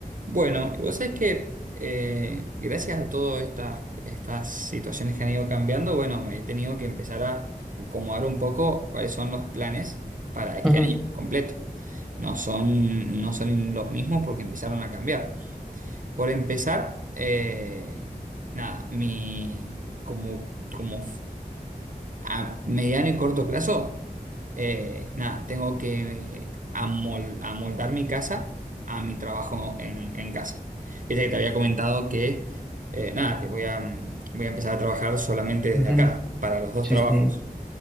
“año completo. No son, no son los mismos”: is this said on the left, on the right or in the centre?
Right